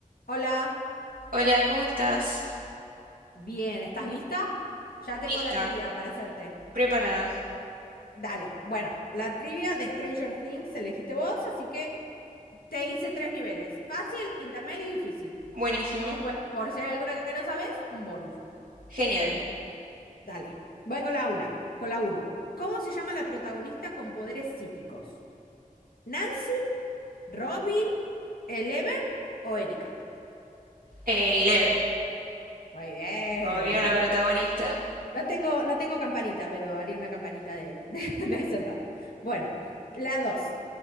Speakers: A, on the left (about 85°); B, on the right (about 75°).
A: Hola,
B: Hola, ¿cómo estás?
A: bien, ¿estás lista? Ya tengo
B: Lista,
A: la trivia para hacerte.
B: preparada,
A: Dale, bueno, la trivia de Stranger Things elegiste vos, así que te hice tres niveles, fácil, intermedio y difícil.
B: buenísimo,
A: Y después, por si hay alguna que no sabes, un bonus.
B: genial.
A: Dale, voy con la una, con la uno. ¿Cómo se llama la protagonista con poderes psíquicos? ¿Nancy, Robin, Eleven o Erika?
B: Eh, Eleven,
A: Muy bien.
B: obvio la protagonista.
A: No tengo, no tengo campanita, pero haría una campanita de, de, <laughs> de acertado. Bueno, la dos.